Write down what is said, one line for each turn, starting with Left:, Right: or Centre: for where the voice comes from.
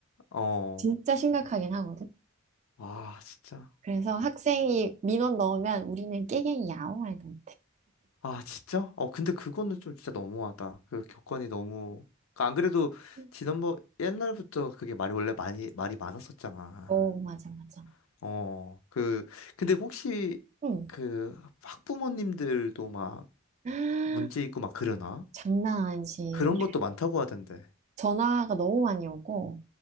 Left: 어.
Right: 진짜 심각하긴 하거든.
Left: 와, 진짜.
Right: 그래서 학생이 민원 넣으면 우리는 깨갱이야. 아무 말도
Left: 아, 진짜? 어, 근데 그거는 좀 진짜 너무하다. 그 교권이 너무. 그안 그래도
Right: 없고.
Left: 지난번 옛날부터 그게 말이 원래 많이 말이 많았었잖아.
Right: 어, 맞아, 맞아.
Left: 어, 그 근데 혹시
Right: 응.
Left: 그 학부모님들도 막
Right: <gasps>
Left: 문제 있고 막 그러나?
Right: 장난 아니지.
Left: 그런 것도 많다고 하던데.
Right: 전화가 너무 많이 오고.